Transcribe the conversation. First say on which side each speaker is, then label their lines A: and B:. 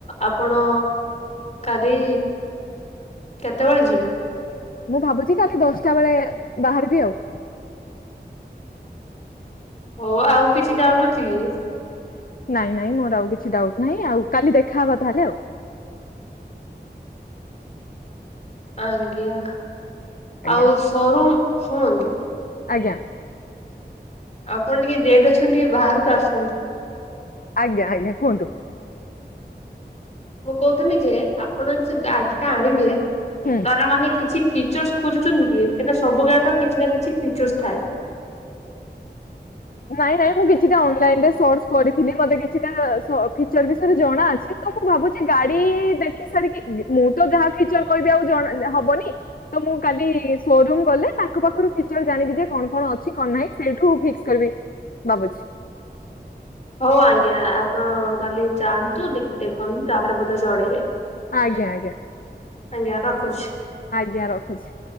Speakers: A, on the left; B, on the left.
A: ଆପଣ କାଲି କେତେବେଳେ ଯିବେ?
B: ମୁଁ ଭାବୁଚି କାଲି ଦଶଟା ବେଳେ ବାହାରିବି ଆଉ।
A: ହଉ ଆଉ କିଛି ଡାଉଟ୍ ଅଛି କି?
B: ନାଇଁ ନାଇଁ ମୋର ଆଉ କିଛି ଡାଉଟ୍ ନାହିଁ ଆଉ କାଲି ଦେଖାହବା ତାହେଲେ ଆଉ।
A: ଆଜ୍ଞା
B: ଆଜ୍ଞା
A: ଆଉ ସୋରୁମ୍ ଶୁଣନ୍ତୁ।
B: ଆଜ୍ଞା
A: ଆପଣ ଟିକିଏ ଗେଟ ଅଛନ୍ତି ବାହାରକୁ ଆସନ୍ତୁ।
B: ଆଜ୍ଞା ଆଜ୍ଞା କୁହନ୍ତୁ।
A: ମୁଁ କହୁଥିଲିଯେ ଆପଣ ଗାଡଟା ଆଣିବେ
B: ହୁଁ
A: ତାର ମାନେ କିଛି ଫିଉଚର ଖୋଜୁଛନ୍ତିକି କାହିଁକି ସବୁ ବ୍ୟାଚର କିଛିନା କିଛି ଫ୍ରିଉଚର୍ସ ଥାଏ।
B: ନାଇଁ ନାଇଁ ମୁଁ କିଛିଟା ଅନଲାଇନ ରେ ସର୍ଚ୍ଚ କରିଥିଲି ମତେ କିଛିଟା ସ ଫିଉଚର ବିଷୟରେ ଜଣାଅଛି। ତ ମୁଁ ଭାବୁଛି ଗାଡି ଦେଖି ସାରିକି ମୁଁ ତ ଯାହା ଫିଉଚର କହିବି ଆଉ ଜଣେ ହବନି। ଆଉ ମୁଁ କାଲି ସୋରୁମ ଗଲେ ତାଙ୍କ ପାଖରୁ ଫିଉଚର ଜାଣିବି ଯେ କଣ କଣ ଅଛି କଣ ନାହିଁ ସେଇଠୁ ଫିକ୍ସ? ଫେରବି ଭାବୁଛି।
A: ହଉ ଆଜ୍ଞା ଆପଣ କାଲି ଯାଆନ୍ତୁ ଦେଖ ଦେଖନ୍ତୁ ତାପରେ ମତେ ଜଣେଇବେ।
B: ଆଜ୍ଞା
A: ଆଞା
B: ଆଜ୍ଞା
A: ଆଜ୍ଞା ରଖୁଛି।
B: ଆଜ୍ଞା ରଖୁଛି।